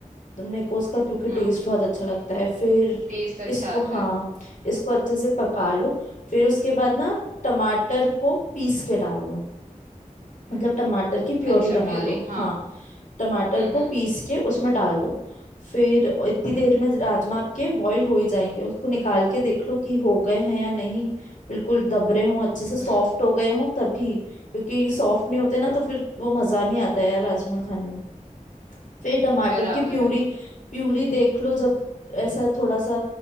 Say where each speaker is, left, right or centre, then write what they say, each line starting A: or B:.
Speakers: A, on the left; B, on the right.
A: तो मेरे को उसका क्योंकि
B: हाँ
A: टेस्ट बहुत अच्छा लगता है फिर
B: टेस्ट अच्छा
A: इसको
B: आता
A: हाँ
B: है
A: इसको अच्छे से पका लो फिर उसके बाद ना टमाटर को पीस के डाल दो मतलब टमाटर की प्योरी
B: अच्छा
A: बना
B: प्यूरी
A: लो
B: हाँ
A: हाँ टमाटर
B: हम्म
A: को
B: हम्म
A: पीस के उसमें डाल दो फिर इतनी देर में राजमा आपके बॉईल हो ही जाएंगे उसको निकाल के देख लो कि हो गए हैं या नहीं बिल्कुल दब रहे हों अच्छे से सॉफ्ट
B: हम्म
A: हो गए हों तभी क्योंकि सॉफ्ट नहीं होते ना तो फिर वो मज़ा नहीं आता यार राजमा खाने में फिर टमाटर
B: बराबर
A: की प्यूरी
B: है
A: प्यूरी देख लो जब ऐसा थोड़ा सा